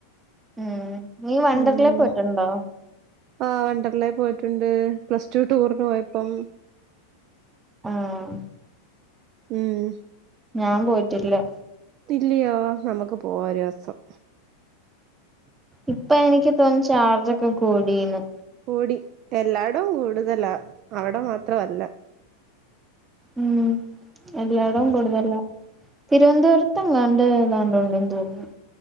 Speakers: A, on the right (about 15°); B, on the right (about 45°).
A: ഉം നീ വണ്ടർലേ
B: ഉം
A: പോയിട്ടുണ്ടോ.
B: ആഹ് വണ്ടർലേ. പോയിട്ടുണ്ട് പ്ലസ് ടു ടൂറിന് പോയപ്പം.
A: ആഹ്
B: ഉം
A: ഞാൻ പോയിട്ടില്ല.
B: ത്ത്ല്ലയോ നമ്മക്ക് പോവാ ഒരുവസം
A: ഇപ്പൊ എനിക്ക് തോന്നു ചാർജൊക്കെ കൂടീന്ന്
B: കൂടി എല്ലാടും കൂടുതലാ അവിടെ മാത്രം അല്ല
A: ഉം എല്ലാടവും കൂടുതലാ തിരുവനന്തപുരത്ത് എങ്ങാണ്ട് ഏതാണ്ട് ഉണ്ടെന്ന് തോന്നുന്നു